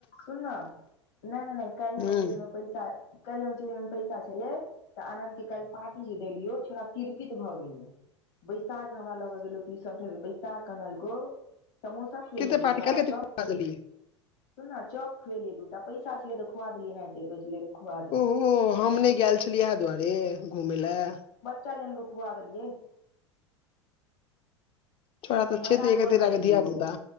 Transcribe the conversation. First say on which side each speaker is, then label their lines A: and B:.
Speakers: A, on the left; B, on the left.
A: सुनना नहि नहि नहि काल्हि हमरा
B: हूं
A: जेबी मे पैसा काल्हि हमरा जेबीमे पैसा छेलै तऽ आनद के काल्हि पार्टी जे देलियो छौरा तीरपित भऽ गेलो बैसाक हमरा ल के गेलो बैसाक अनलको समोसा खुएल
B: कते
A: दूटा
B: पार्टी क कते
A: चप
B: खुआ
A: खुएल
B: देलियै
A: सुनना चप खुएलियै दूटा पैसा छलै तऽ खुआ देलियै एनाहिते कहै छलै खुआ दे
B: ओहो
A: तऽ
B: हम नहि
A: खुआ
B: गेल छलियै एहा दुआरे घुमय लए
A: कै जन के खुआ देलियै
B: छोड़ा
A: मजाक
B: छे एके
A: कऽ
B: ते
A: रहल छी
B: धिया
A: रौ
B: पुता